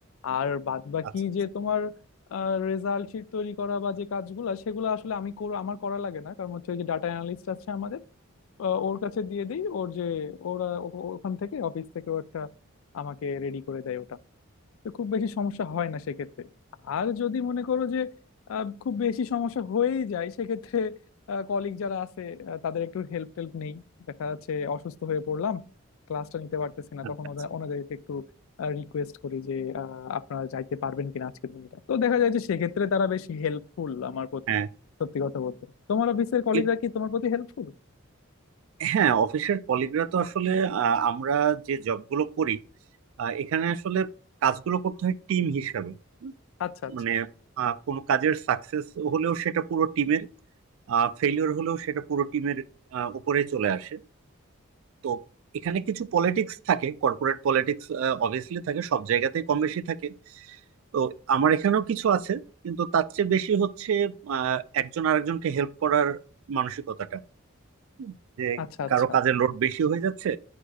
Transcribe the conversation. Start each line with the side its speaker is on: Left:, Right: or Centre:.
Left: আর বাদ বাকি
Right: আচ্ছা
Left: যে তোমার রেজাল্ট শিট তৈরি করা বা যে কাজগুলো সেগুলো আসলে আমি কর আমার করা লাগে না কারণ হচ্ছে ওই যে ডাটা অ্যানালিস্ট আছে আমাদের আহ, ওর কাছে দিয়ে দিই ওর যে ওরা ও- ও- ওখান থেকে অফিস থেকে ও একটা আমাকে রেডি করে দেয় ওটা তো খুব বেশি সমস্যা হয় না সেক্ষেত্রে আর যদি মনে করো যে আহ, খুব বেশি সমস্যা হয়েই যায় সেক্ষেত্রে কলিগ যারা আছে আহ, তাদের একটু হেল্প টেল্প নেই দেখা যাচ্ছে অসুস্থ হয়ে পড়লাম ক্লাসটা নিতে পারতেছি না
Right: আচ্ছা
Left: তখন
Right: আচ্ছা।
Left: ওদের ওনাদেরকে একটু রিকোয়েস্ট করি যে আহ, আপনারা যাইতে পারবেন কিনা আজকের দিনটা তো দেখা যায় যে সেক্ষেত্রে তারা বেশ হেল্পফুল আমার প্রতি
Right: হ্যাঁ
Left: সত্যি কথা বলতে তোমার অফিসের কলিগরা
Right: এ-
Left: কি তোমার প্রতি হেল্পফুল
Right: হ্যাঁ অফিসের কলিগরা তো আসলে আহ, আমরা যে জবগুলো করি আহ, এখানে আসলে কাজগুলো করতে হয় টিম হিসাবে
Left: আচ্ছা আচ্ছা
Right: মানে আহ, কোনো কাজের সাকসেস হলেও সেটা পুরো টিমের ফেলিওর হলেও সেটা পুরো টিমের উপরে চলে আসে তো এখানে কিছু পলিটিক্স থাকে কর্পোরেট পলিটিক্স অবভিয়াসলি থাকে সব জায়গাতেই কম বেশি থাকে তো আমার এখানেও কিছু আছে কিন্তু তার চেয়ে বেশি হচ্ছে আহ, একজন আরেকজনকে হেল্প করার মানসিকতাটা হুম। যে
Left: আচ্ছা আচ্ছা
Right: কারো কাজের লোড বেশি হয়ে যাচ্ছে